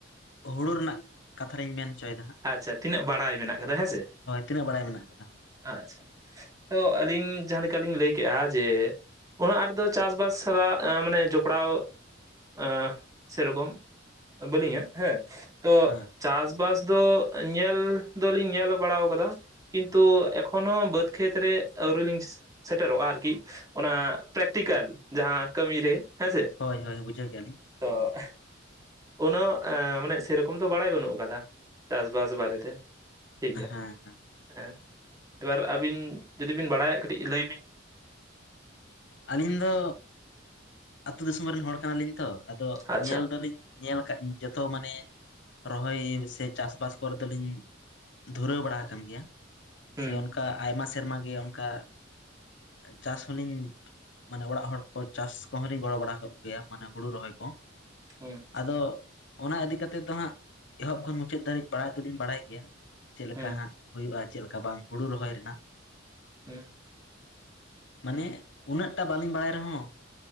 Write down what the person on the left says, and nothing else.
ᱦᱩᱲᱩ ᱨᱮᱱᱟᱜ ᱠᱟᱛᱷᱟ ᱞᱤᱧ ᱢᱮᱱ ᱦᱚᱪᱚᱭᱮᱫᱟ ᱦᱟᱸᱜ ᱾
ᱛᱤᱱᱟᱹᱜ ᱵᱟᱲᱟᱭ ᱢᱮᱱᱟᱜ ᱟᱠᱟᱫᱟ
ᱦᱮᱸ
ᱦᱳᱭ ᱦᱳᱭ ᱵᱩᱡᱷᱟᱹᱣ ᱠᱮᱜᱼᱟ ᱞᱤᱧ ᱾
ᱦᱮᱸ
ᱦᱮᱸ
ᱟᱹᱞᱤᱧ ᱫᱚ ᱟᱛᱩ ᱫᱤᱥᱚᱢ ᱨᱮᱱ ᱦᱚᱲ ᱠᱟᱱᱟᱞᱤᱧ ᱛᱚ ᱟᱫᱚ
ᱧᱮᱞ ᱫᱟᱞᱤᱧ ᱧᱮᱞ ᱟᱠᱟᱜ ᱡᱚᱛᱚ ᱢᱟᱱᱮ ᱨᱚᱦᱚᱭ ᱥᱮ ᱪᱟᱥᱵᱟᱥ ᱠᱚᱨᱮ ᱫᱚᱞᱤᱧᱼᱼ ᱫᱷᱩᱨᱟᱹᱣ ᱵᱟᱲᱟ ᱟᱠᱟᱱ ᱜᱮᱭᱟ,
ᱥᱮ ᱚᱱᱠᱟ ᱟᱭᱢᱟ ᱥᱮᱨᱢᱟ ᱜᱮ ᱚᱱᱠᱟ ᱪᱟᱥ ᱦᱚᱞᱤᱧ ᱢᱟᱱᱮ ᱚᱲᱟᱜ ᱦᱚᱲ ᱠᱚ ᱪᱟᱥ ᱠᱚᱦᱚᱸᱤᱧ ᱜᱚᱲᱚ ᱵᱟᱲᱟ ᱠᱮᱜᱮᱭᱟ ᱢᱟᱱᱮ ᱦᱩᱲᱩ ᱨᱚᱦᱚᱭ ᱠᱚ ᱾
ᱟᱫᱚ ᱚᱱᱟ ᱤᱫᱤ ᱠᱟᱛᱮ ᱫᱚ ᱦᱟᱸᱜ ᱮᱦᱚᱵ ᱠᱷᱚᱱ ᱢᱩᱪᱟᱹᱫ ᱫᱷᱟᱹᱨᱤᱡ ᱵᱟᱲᱟᱭ ᱛᱩᱧ ᱵᱟᱲᱟᱭ ᱜᱮᱭᱟ ᱾ ᱪᱮᱫ ᱞᱮᱠᱟ
ᱦᱟᱸᱜ ᱦᱩᱭᱩᱜᱼᱟ ᱪᱮᱫ ᱞᱮᱠᱟ ᱵᱟᱝ, ᱦᱩᱲᱩ ᱨᱚᱦᱚᱭ ᱨᱮᱱᱟᱜ ᱾
ᱢᱟᱱᱮ ᱩᱱᱟᱹᱜᱴᱟ ᱵᱟᱞᱤᱧ ᱵᱟᱲᱟᱭ ᱨᱮᱦᱚᱸᱼᱼ